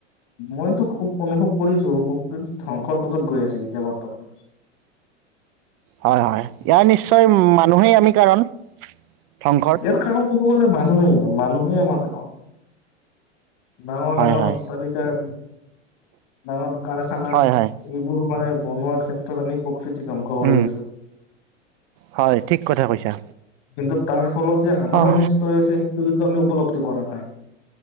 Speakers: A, on the left; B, on the right.
A: মইতো খুব অনুভৱ কৰিছো। ধ্বংসৰ পথত গৈ আছে এতিয়া বৰ্তমান।
B: হয় হয় ইয়াৰ নিশ্চয় মানুহেই আমি কাৰণ। ধ্বংসৰ
A: ইয়াৰ কাৰণ কব গ'লে মানুহেই মানুহেই আমাৰ কাৰণ। ডাঙৰ
B: হয়
A: ডাঙৰ
B: হয়
A: অট তালিকাৰ, ডাঙৰ কাৰখানা,
B: হয় হয়
A: এইবোৰ। মানে বনোৱাৰ ক্ষেত্ৰত আমি প্ৰকৃতি ধ্বংস কৰি
B: উম
A: আছো।
B: হয় ঠিক কথা কৈছা।
A: কিন্তু তাৰ ফলত যে আমাৰ
B: অঁ
A: অনিষ্ট হৈ আছে সেইটো কিন্তু আমি উপলব্ধি কৰা নাই।